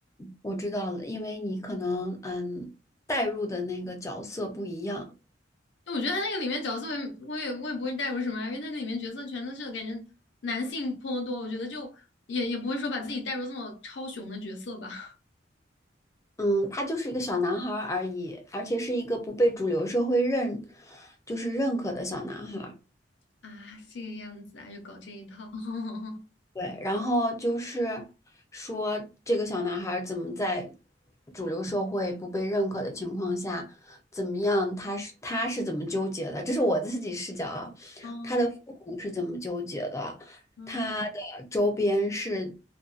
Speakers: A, on the left; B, on the left.
A: 我知道了，因为你可能嗯带入的那个角色不一样。
B: 我觉得他那个里面角色我也，我也我也不会带入什么啊因为他那里面角色全都是感觉男性颇多，我觉得就也也不会说把自己带入这么超雄的角色吧。<laughs>
A: 嗯，他就是一个小男孩儿而已，而且是一个不被主流社会认，就是认可的小男孩儿。
B: 啊，这个样子啊，就搞这一套。<laughs>
A: 对，然后就是说，这个小男孩儿怎么在主流社会不被认可的情况下，怎么样？他是他是怎么纠结的？这是我自己视角啊，
B: 嗯
A: 他的父母是怎么纠结的？
B: 嗯
A: 他的周边是